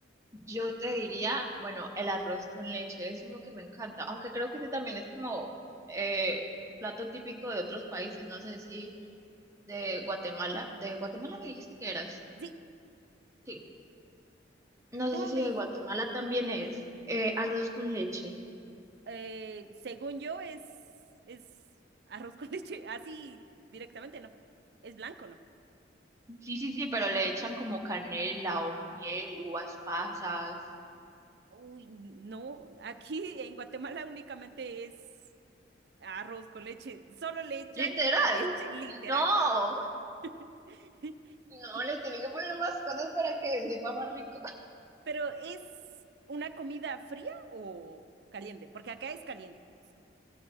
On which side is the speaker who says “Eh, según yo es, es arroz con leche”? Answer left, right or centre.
Right